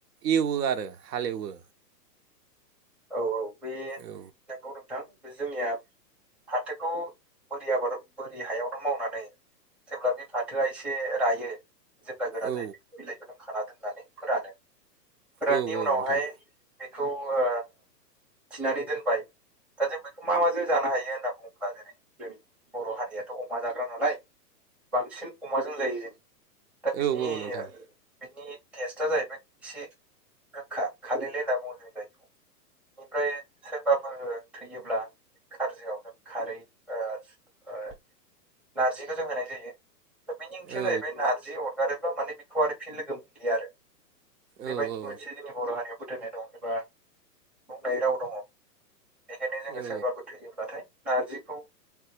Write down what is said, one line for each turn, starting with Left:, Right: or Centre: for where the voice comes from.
Right: एवो आरो हालेवो
Centre: औ औ बे
Right: औ
Centre: नंगौ नोंथां बे जोंनिया फाथोखौ बोरि आबाद बोरि हायावनो मावनानै जेब्ला बे फाथोआ एसे रायो जेब्ला गोरा
Right: औ
Centre: जायो बेखौ बिलाइखौ लों खाना दोननानै फोरानो फोराननि
Right: औ औ
Centre: उनावहाय
Right: नोंथां
Centre: बेखौ ओ थिनानै दोनबाय दा जों बेखौ मा माजों जानो हायो होनना बुङोब्ला जेरै जों बर' हारियाथ' अमा जाग्रा नालाय बांसिन अमाजों जायो जोङो दा बिनि
Right: औ औ नोंथां
Centre: बिनि टेस्टआ जाहैबाय एसे गोखा खालेले होनना बुङो जों जायखौ बेनिफ्राय सोरबाफोर थैयोब्ला खारजआव जों खारै ओ ओ नारजिखौ जों होनाय जायो मिनिंथिया
Right: औ
Centre: जाहैबाय नार जि अरगारोब्ला माने बेखौ आरो फिन लोगो मोनलिया आरो
Right: औ
Centre: बेबायदि
Right: औ
Centre: मोनसे जोंनि बर' हारियाव फोथायनाय दं एबा बुंनाय राव दङ बेखायनो जोङो
Right: औ
Centre: सोरबाफोर थैयोब्लाथाय नारजिखौ